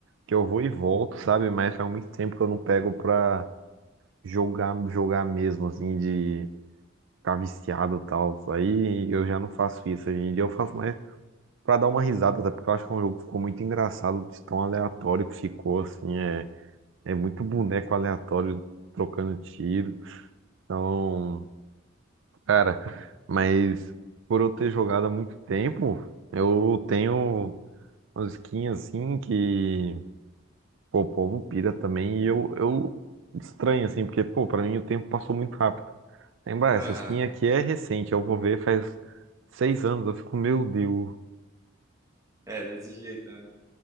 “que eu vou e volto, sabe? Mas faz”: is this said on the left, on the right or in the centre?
Right